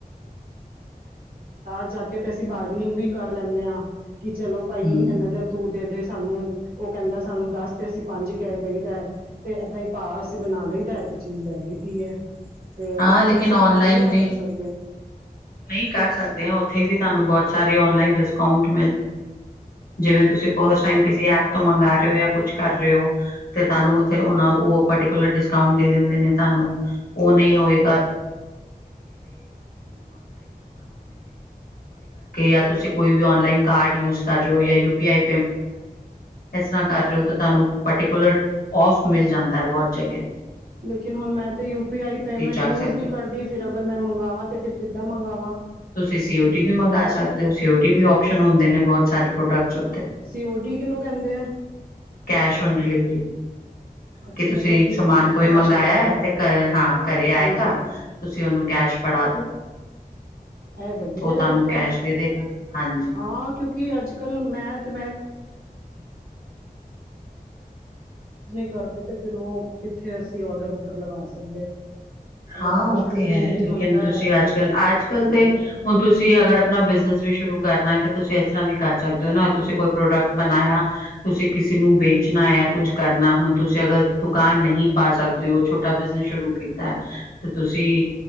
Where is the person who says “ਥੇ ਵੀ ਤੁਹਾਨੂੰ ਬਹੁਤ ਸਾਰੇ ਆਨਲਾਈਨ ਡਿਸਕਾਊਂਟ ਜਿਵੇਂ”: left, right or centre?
Left